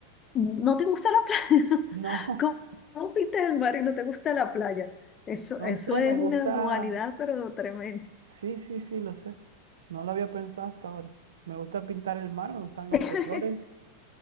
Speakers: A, on the left; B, on the right.
A: ¿No te gusta la playa? <laughs>
B: No,
A: ¿Cómo, cómo pintas el mar y no te gusta la playa? Eso,
B: <laughs> no
A: eso
B: sé,
A: es
B: me
A: una
B: gusta...
A: dualidad, pero tremenda.
B: Sí, sí, sí, lo sé. No lo había pensado hasta ahora. Me gusta pintar el mar, me gustan los
A: <laughs>
B: colores